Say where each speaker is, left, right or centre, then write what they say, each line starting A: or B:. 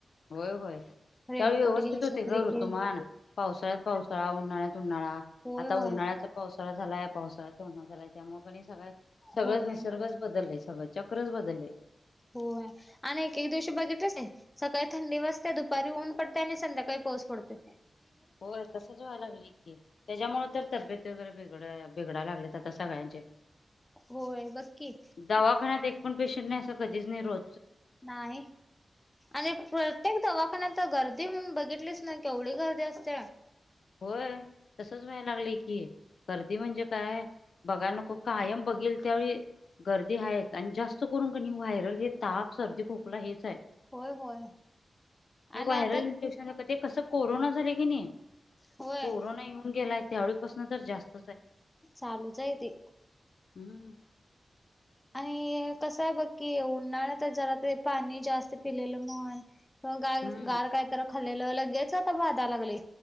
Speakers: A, on the left; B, on the left.
A: होय होय
B: रेनकोट
A: त्यावेळी व्यवस्थित
B: घे,
A: होते
B: छत्री
A: गर
B: घे.
A: तु माण पावसाळ्यात पावसाळा उन्हाळ्यात उन्हाळा
B: होय
A: आता
B: होय
A: उन्हाळ्याचा पावसाळा झालाय पावसाळ्याचा उन्हाळा झालाय त्यामुळे प सगळ सगळंच
B: होय
A: निसर्गच बदलय सगळं चक्रच बदलय
B: हो आणि एक दिवशी बजेटच आहे सकाळ थंडी वाजते दुपारी ऊन पडते आणि संध्याकाळी पाोस पडतेो
A: होय तसच व्हाय लागलंय की त्याच्यामुळेळ तर तब्येत वगैरे वेगळं आहे ेड लाग आ सगळ्यांचे
B: होय बघ की
A: दवाखान्यात एक पण पेशंट कधीच नाही रो
B: नाही आणि प्रत्येक दवाखान्यात गर्दी म्हणून बघितलीच नाही. केवढी गर्दी असते
A: होय तसच वय लागलं की गर्दी म्हणजे काय बघा नको कायम बघेल त्यावेळी गर्दी हा आणि जास्त करून क व्हायरल हे ताप सर्दी खोकला हेच आहे
B: होय होय
A: हे
B: आणि
A: व्हायरल
B: आता
A: इफेशन ते कसं कोरोना झाले की नाही
B: होय
A: कोरोना येऊन गेलाय त्यावेळीपासून तर जास्त
B: चालूच आहे ते
A: हम्म
B: आणि कस आहे बघ कि उन्हाळ्यात झाला तर पाणी जास्त त पिलेलं म्हण किवा गा
A: हम्म
B: गार काय तर खाल्लेलं लगेच आता बधा लागले